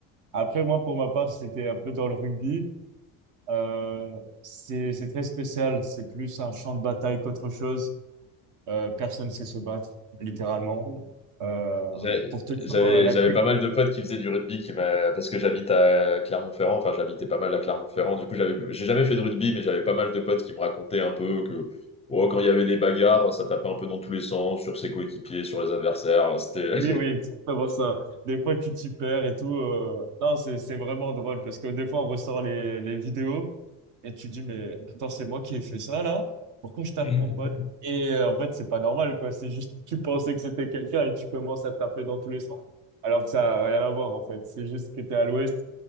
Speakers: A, on the right; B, on the left.
A: Après, moi, pour ma part, c'était un peu dans le rugby. Euh, c'est c'est très spécial. C'est plus un champ de bataille qu'autre chose. Euh, personne ne sait se battre, littéralement. Euh,
B: J'a-
A: pour te dire
B: J'avais,
A: euh, la
B: j'avais
A: plus...
B: pas mal de potes qui faisaient du rugby qui m'a, parce que j'habite à Clermont-Ferrand, enfin j'habitais pas mal à Clermont-Ferrand, du coup j'avais, j'ai jamais fait de rugby, mais j'avais pas mal de potes qui me racontaient un peu que oh, quand il y avait des bagarres, ça tapait un peu dans tous les sens, sur ses coéquipiers, sur les adversaires, c'était...
A: Oui, oui, exactement ça. Des fois, tu t'y perds et tout. euh. Non, c'est c'est vraiment drôle parce que des fois, on ressort les, les vidéos et tu dis, mais attends, c'est moi qui ai fait ça, là? Pourquoi je tape
B: <laughs>
A: mon pote? Et euh, en fait, c'est pas normal, quoi. C'est juste, tu pensais que c'était quelqu'un et tu commences à taper dans tous les sens. Alors que ça n'a rien à voir, en fait. C'est juste que t'es à l'ouest